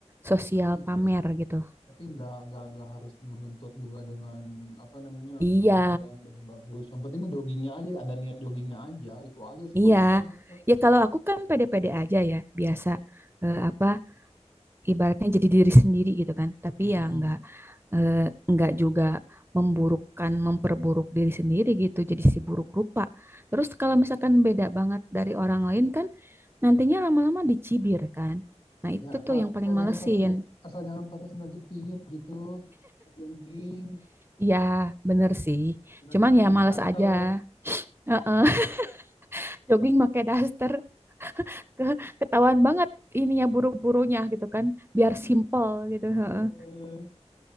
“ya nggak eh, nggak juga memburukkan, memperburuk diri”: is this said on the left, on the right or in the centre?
Right